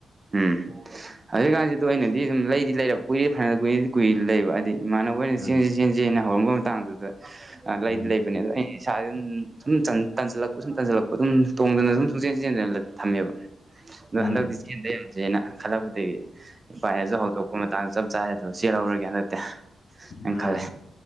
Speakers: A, on the right; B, on the left.
A: ꯎꯝ ꯍꯧꯖꯤꯛꯀꯥꯟꯁꯤꯗ ꯑꯗꯨ ꯑꯩꯅꯗꯤ ꯂꯩꯗꯤ ꯂꯩꯔꯕ ꯀꯨꯏꯔꯦ ꯐꯅ ꯐꯅꯗꯤ ꯀꯨꯏꯔꯗꯤ ꯀꯨꯏꯔꯦ ꯂꯩꯕ ꯍꯥꯏꯗꯤ ꯏꯃꯥꯟꯅꯕꯒꯩꯅ
B: ꯎꯝ
A: ꯆꯦꯟꯖꯤ ꯆꯦꯟꯖꯤꯅ ꯍꯧꯔꯝꯕ ꯃꯇꯥꯡꯗꯨꯗ ꯑ ꯂꯩꯗꯤ
B: ꯎꯝ
A: ꯂꯩꯕꯅꯦ ꯑꯩꯅ ꯑꯩ ꯏꯁꯥ ꯑꯗꯨꯝ ꯊꯨꯝ ꯇꯟꯖꯜꯂꯛꯄ ꯁꯨꯝ ꯇꯟꯖꯜꯂꯛꯄ ꯑꯗꯨꯝ ꯇꯣꯡꯗꯅ ꯑꯗꯨꯝ ꯁꯨꯡꯆꯦꯟ ꯆꯦꯟꯗꯅ ꯊꯝꯃꯦꯕ ꯑꯗꯣ
B: ꯎꯝ
A: ꯍꯟꯗꯛꯇꯤ ꯆꯦꯟꯗ ꯌꯥꯗ꯭ꯔꯦꯅ ꯈꯜꯂꯛꯄꯗꯒꯤ ꯏꯄꯥꯏꯅꯖꯨ ꯍꯧꯗꯣꯛꯄꯃ ꯥꯇꯥꯟ ꯆꯞ ꯆꯥꯔꯦ ꯑꯗꯨ ꯆꯦꯜꯍꯧꯔꯒꯦ ꯍꯟꯗꯛꯇꯦ ꯑꯩꯅ
B: ꯎꯝ
A: ꯈꯜꯂꯦ